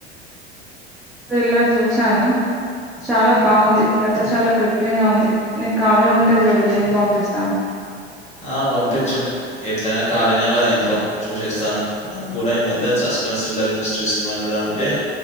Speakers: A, in the centre; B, on the left (about 20°).
A: త్రిల్లర్ చూసాను చాలా బాగుంది కథ చాలా క్రిప్యంగా ఉంది నీకు ఖాలే ఉంటే చూడు లింగ్ పంపిస్తాను
B: ఆ పంపించు ఎట్లయినా ఖాలీనే కదా ఇంట్లో చూసేస్తాను నాకు కూడా ఈ మధ్య చ సస్పెన్స త్రిల్లర్ మిస్ట్రీ సినిమాలు చూడమంటే